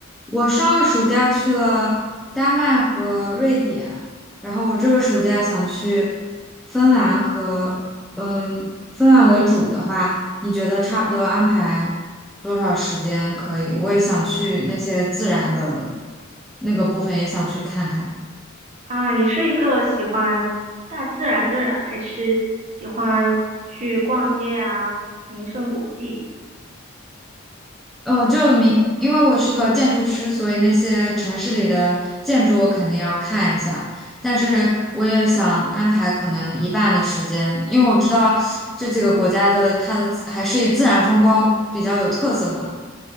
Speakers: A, in the centre; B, on the right (about 35°).
A: 我上个暑假去了丹麦和瑞典，然后我这个暑假想去芬兰和嗯芬兰为主的话，你觉得差不多安排多少时间可以？我也想去那些自然的那个部分，也想去看看。
B: 啊，你是一个喜欢大自然的人，还是喜欢去逛街啊，名胜古迹？
A: 呃，就明，因为我是个建筑师，所以那些城市里的建筑我肯定要看一下。但是我也想安排可能一半的时间，因为我知道这几个国家的它的自还是以自然风光比较有特色嘛，